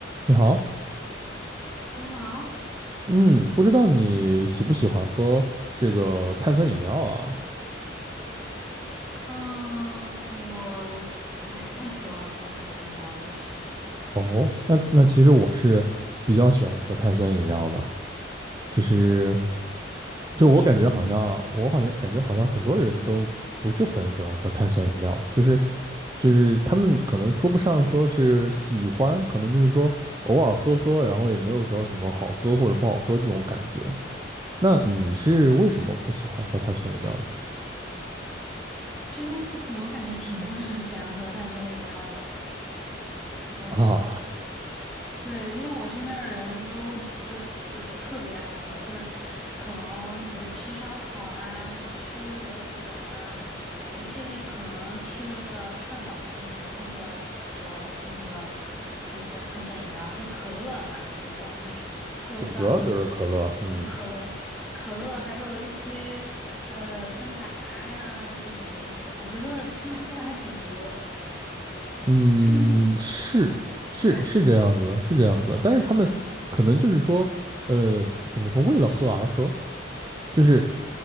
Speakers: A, on the right; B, in the centre.
A: 你好，
B: 你好，
A: 嗯，不知道你喜不喜欢喝这个碳酸饮料啊？
B: 嗯，我不太喜欢喝碳酸饮料，其实，
A: 哦，那那其实我是比较喜欢喝碳酸饮料的，就是就我感觉好像我好像感觉好像很多人都不是很喜欢喝碳酸饮料，
B: 嗯，
A: 就是就是他们可能说不上说是喜欢，可能就是说偶尔喝喝，然后也没有说什么好喝或者不好喝这种感觉。那你是为什么不喜欢喝碳酸饮料呢？
B: 其实我感觉挺多人 <laughs> 很喜欢喝碳酸饮料的。嗯，
A: 啊，
B: 对，因为我身边的人都就是特别爱喝，就是可能比如吃烧烤啊，吃螺蛳粉啊，你甚至可能吃个汉堡什么的，他们都要喝那个那个碳酸饮料，就可乐嘛，其实主要就是各种各样的
A: 对，主要就是可乐，嗯。
B: 嗯，可乐、可乐，还有一些呃芬达呀这种东西，我觉得他们喝的还挺多的。
A: 嗯，
B: 嗯
A: 是是是这样子的，
B: 对，嗯
A: 是这样子的。但是他们可能就是说，
B: 嗯
A: 呃，怎么说，为了喝而喝，就是